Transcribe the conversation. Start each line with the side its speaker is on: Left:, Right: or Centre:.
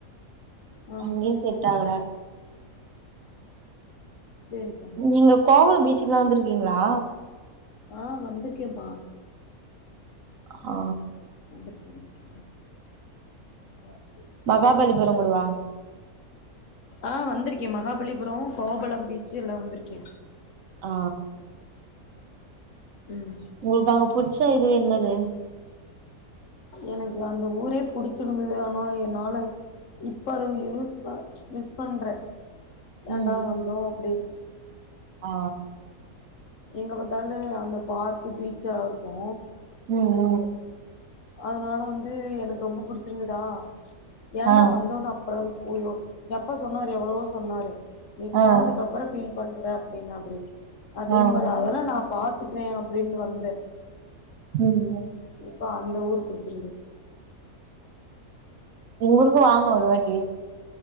Left: ஆ
Right: அங்கயு செட் ஆகல
Left: சேரிப்பா
Right: நீங்க கோவல பீச்சுக்கு எல்லா வந்திருக்கீங்களா
Left: ஆ வந்திருக்கேப்பா
Right: ஆ
Left: வந்திருக் வந்திருக் ஆ சரி
Right: மகாபலிபுரங்கூடவா
Left: ஆ வந்திருக்கே மகாபலிபுர கோபல பீச்சு எல்லா வந்திருக்கே
Right: ஆ
Left: ம்
Right: உங்களுக்கு அங்க புச்ச இது என்னது
Left: எனக்கு அந்த ஊரே புடிச்சிருந்தது ஆனா என்னால இப்ப அது யூஸ் ப மிஸ் பண்ற ஏன்டா
Right: ம் ம்
Left: வந்தோ அப்டினு
Right: ஆ
Left: எங்க பாத்தாலு அந்த பார்க்கு பீச்சல் இருக்கு
Right: ம் ம்
Left: அதனால வந்து எனக்கு ரொம்ப புடிச்சிருந்ததா ஏன்டா
Right: ஆ
Left: வந்தோன் அப் அப்புற குயிவோ எப்ப சொன்னாரு எவ்வளவோ சொன்னாரு நீ போனதுக்கு
Right: ஆ
Left: அப்புற ஃபீல் பண்ணுவ அப்டின்னாப்டி அதே
Right: ஆ
Left: மாரி
Right: ம்
Left: அதெல்லா நா பாத்துக்குவே அப்டினு வந்த
Right: ம்
Left: இப்போ அந்த ஊரு புடிச்சிருது
Right: எங்க ஊருக்கு வாங்க ஒரு வாட்டி